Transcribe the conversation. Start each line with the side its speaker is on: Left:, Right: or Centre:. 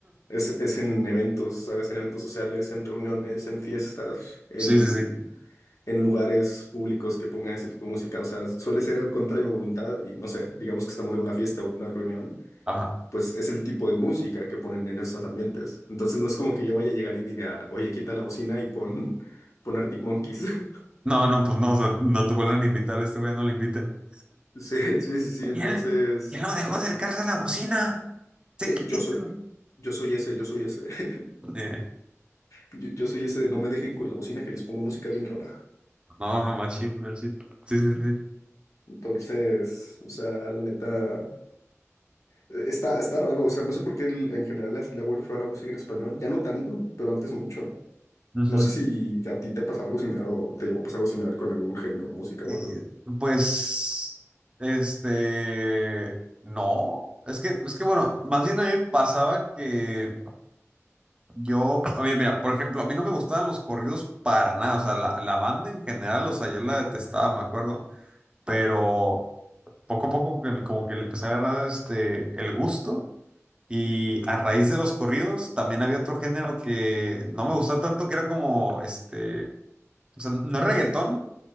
Left: Es, es en eventos, ¿sabes? En eventos sociales, en reuniones, en fiestas, en,
Right: Sí, sí, sí,
Left: en lugares públicos que pongan ese tipo de música. O sea, suele ser contra mi voluntad y no sé, digamos que estamos en una fiesta o en una reunión,
Right: ajá.
Left: pues es el tipo de música que ponen en esos ambientes. Entonces no es como que yo vaya a llegar y diga, oye, quita la bocina y pon, pon Arctic Monkeys. <laughs>
Right: No, no, pues no, o sea, no te vuelven a invitar, a este güey no lo inviten.
Left: Sí, sí, sí, sí. Entonces,
Right: Y él, y él no dejó acercarse a la bocina. Se
Left: sí,
Right: quitó.
Left: yo soy, yo soy ese, yo soy ese. <laughs>
Right: Eh,
Left: Yo, yo soy ese de no me dejen con la bocina que les pongo música bien rara.
Right: no, no, machín, machín. Sí, sí, sí.
Left: Entonces, o sea, la neta, eh, está, está raro, o sea, no sé por qué el- en general le le ha a la música en español, ya no tanto, pero antes mucho.
Right: Ujú.
Left: No sé si a ti te pasaba algo similar o te llegó a pasar algo similar con algún género, música
Right: Eh,
Left: o algo.
Right: pues, este, no. Es que, es que bueno, más bien a mí me pasaba que Yo, a mí, mira, por ejemplo, a mí no me gustaban los corridos para nada, o sea, la, la banda en general, o sea, yo la detestaba, me acuerdo, pero poco a poco que- como que le empecé a agarrar este, el gusto y a raíz de los corridos también había otro género que no me gustaba tanto, que era como, este, o sea, no es reggaetón,